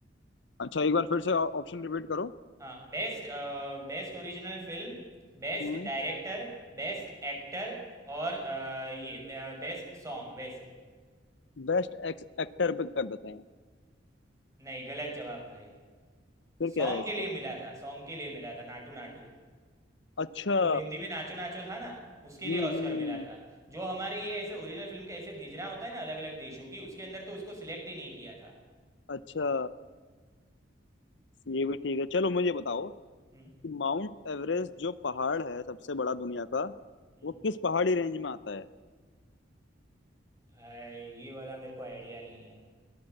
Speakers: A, on the left (about 70°); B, on the right (about 15°).
A: अच्छा एक बार फिर से ऑप्शन रिपीट करो
B: हाँ best best original film best
A: हम्म।
B: director best actor और अ, ये बेस्ट सॉन्ग वैसे
A: बेस्ट एक्टर पे कर देते हैं
B: नहीं गलत जवाब भाई
A: फिर
B: सॉन्ग
A: क्या है इसका
B: के लिए मिला था सॉन्ग के लिए मिला था नाटू नाटू
A: अच्छा
B: जो हिंदी में नाचो नाचो था ना उसके
A: हम्म
B: लिए ऑस्कर
A: हम्म
B: मिला था जो हमारे ये ऐसे ओरिजिनल फिल्म के ऐसे भेजना होता है ना अलग अलग देशों की उसके अंदर तो उसको सिलेक्ट ही नहीं किया था
A: अच्छा ये भी ठीक है चलो मुझे बताओ कि
B: हम्म
A: माउंट एवरेस्ट जो पहाड़ है सबसे बड़ा दुनिया का
B: हम्म।
A: वो किस पहाड़ी रेंज में आता है
B: भाई ये वाला मेरे को आइडिया नहीं है